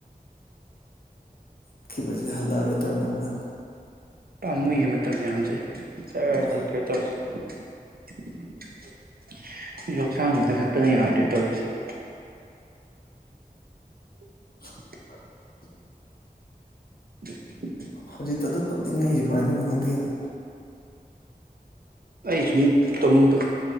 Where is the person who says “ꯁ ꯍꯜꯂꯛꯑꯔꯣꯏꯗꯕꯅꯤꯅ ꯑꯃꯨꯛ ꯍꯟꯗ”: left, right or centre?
Left